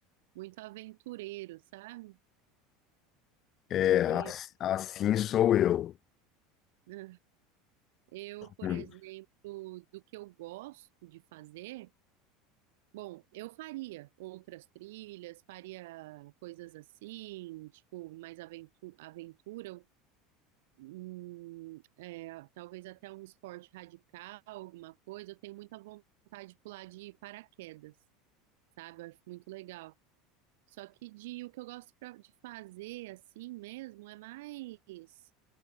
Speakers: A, on the right; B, on the left.
A: muito aventureiro, sabe?
B: É, ass-
A: É,
B: assim sou eu.
A: né? Eu, por
B: Muito.
A: exemplo, do que eu gosto de fazer, bom, eu faria outras trilhas, faria coisas assim, tipo, mais aventu aventura, hum, é, talvez até um esporte radical, alguma coisa. Eu tenho muita vontade de pular de paraquedas, sabe? Eu acho muito legal. Só que de o que eu gosto pra- de fazer assim mesmo é mais,